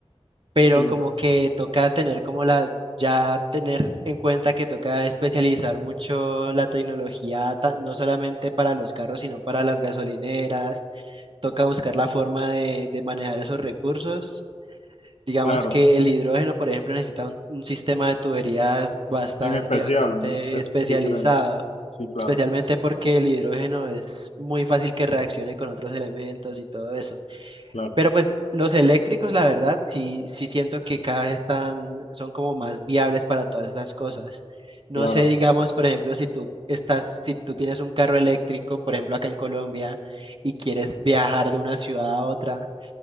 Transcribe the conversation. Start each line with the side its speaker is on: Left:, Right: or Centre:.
Right: pero
Left: Sí,
Right: como que toca tener como la, ya tener en cuenta que toca especializar mucho la tecnología, ta- no solamente para los carros, sino para las gasolineras, toca buscar la forma de, de manejar esos recursos. Digamos
Left: claro,
Right: que el hidrógeno, por ejemplo, necesita un, un sistema de tuberías bastante,
Left: en especial,
Right: bastante
Left: es
Right: especializado,
Left: diferente. Sí, claro,
Right: especialmente porque el hidrógeno es muy fácil que reaccione con otros elementos y todo eso.
Left: claro,
Right: Pero pues los eléctricos, la verdad, sí, sí siento que cada vez están, son como más viables para todas esas cosas. No
Left: claro.
Right: sé, digamos,
Left: que-
Right: por ejemplo, si tú estás, si tú tienes un carro eléctrico, por ejemplo, acá en Colombia, y quieres viajar de una ciudad a otra,